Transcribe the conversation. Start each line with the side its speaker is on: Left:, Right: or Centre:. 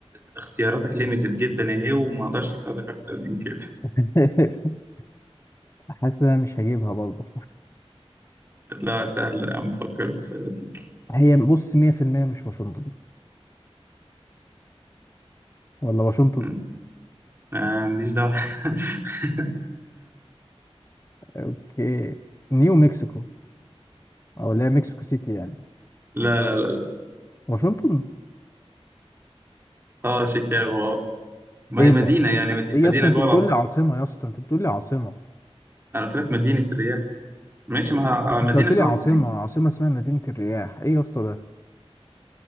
Right: اختياراتك ليميتد جدا يا إيه وما أقدرش أساعدك أكتر من كده
Left: <laughs> حاسس إن أنا مش هجيبها برضه
Right: لا سهلة يا عم فكر بالسهلة تيجي
Left: هي بص 100% مش واشنطن ولا واشنطن؟
Right: مم. آه ماليش دعوة <laughs>
Left: اوكي نيو مكسيكو أو اللي هي مكسيكو سيتي يعني
Right: لا لا لا لا
Left: واشنطن؟
Right: آه شيكاغو آه ما
Left: ايه
Right: هي مدينة
Left: ده
Right: يعني مدي-
Left: ايه
Right: مدينة
Left: يا اسطى انت
Right: جوه
Left: بتقول
Right: العاصمة
Left: لي عاصمه يا اسطى انت بتقول لي عاصمه
Right: أنا قلت لك مدينة الرياح ماشي ما هي
Left: انت
Right: مدينة
Left: قلت
Right: في
Left: لي
Right: العاصمة
Left: عاصمه عاصمه اسمها مدينه الرياح ايه يا اسطى ده